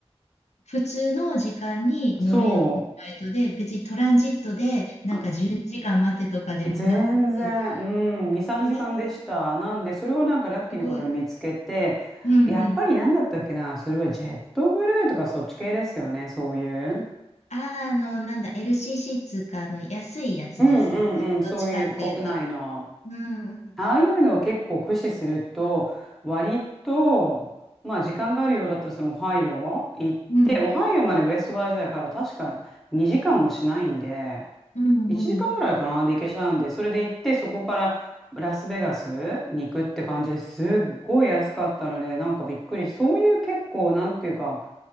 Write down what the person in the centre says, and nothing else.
そ
う。全然、うん、2、3時間でした。
なんで、それをなんかラッキーな頃に見つけて、
やっぱりなんだったっけな、それはジェットブルーとかそっち系ですよね、そういう。
うんうんうん、そういう国内の。
ああいうのを結構駆使すると、割と、まあ時間があるようだったらそのオハイオ行って、
オハイオまでウェストバージニアから確か2時間もしないんで、
1時間ぐらいかなで行けちゃうんで、それで行って、そこからラスベガスに行くって感じですっごい安かったので、なんかびっくりそういう結構、なんていうか、